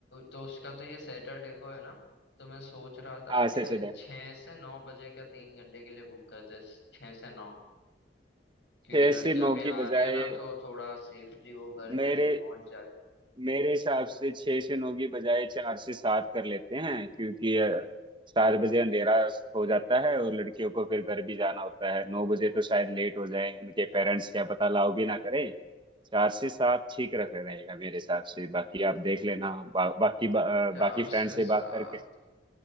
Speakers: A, on the left; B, on the right.
A: तो उसका तो ये सैटरडे को है ना तो मैं सोच रहा था
B: हाँ
A: कि
B: से चले
A: छः से नौ बजे का तीन घंटे के लिए बुक करते छः से नौ क्योंकि
B: छह
A: लड़कियां
B: से नौ
A: अभी
B: की
A: आ
B: बजाय
A: रही है ना तो थोड़ा सेफली वो घर
B: मेरे
A: जल्दी पहुंच जाए
B: मेरे हिसाब से छह से नौ की बजाय चार से सात कर लेते हैं क्योंकि अ, सात बजे अंधेरा हो जाता है और लड़कियों को फिर घर भी जाना होता है नौ बजे तो शायद लेट हो जाए उनके पेरेंट्स क्या पता लाओ भी ना करें चार से सात ठीक रख रहेगा मेरे हिसाब से बाकी आप देख लेना बा, बाकी बा, अ,
A: चार
B: बाकी फ्रेंड
A: से
B: से बात
A: सात
B: करके